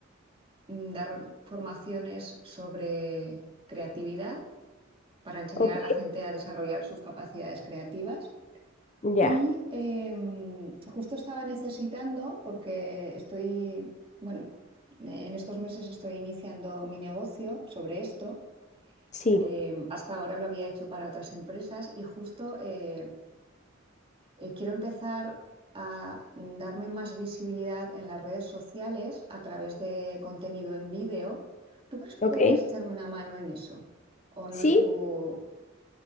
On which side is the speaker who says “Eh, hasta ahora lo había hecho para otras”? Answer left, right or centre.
Right